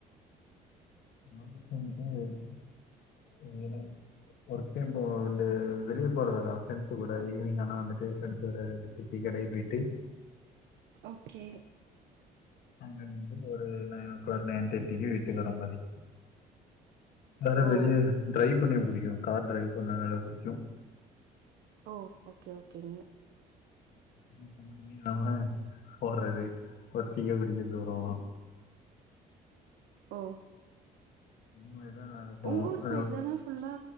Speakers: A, on the left; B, on the right.
A: வாங்கிட்டு வந்துட்டு இனிமேதா ஒர்க் டைம் போக வந்து வெளிய போறதா ப்ரெண்ட்ஸு கூட ஈவ்னிங் ஆனா வந்துட்டு ஃப்ரெண்ட்ஸோட இருந்துட்டு டீ கடைபெயிட்டு
B: ஓகே
A: அங்கருந்து ஒரு நைன் ஓ க்ளாக் நைன் தேட்டிக்கி வீட்டுக் வர மாரி வேற
B: ஓ
A: வெளியே டிரைவ் பண்ண புடிக்கு கார் டிரைவ் பண்ண நல்லா புடிக்கு
B: ஓ ஓகே ஓகேங்க
A: மூணு மணிக்கு கெளம்புனா போறது ஒரு டீய குடிச்சிட்டு வருவோ
B: ஓ
A: ம் இதுதா நாங்க போவோ
B: உங்கூர் சைட் தான ஃபுல்லா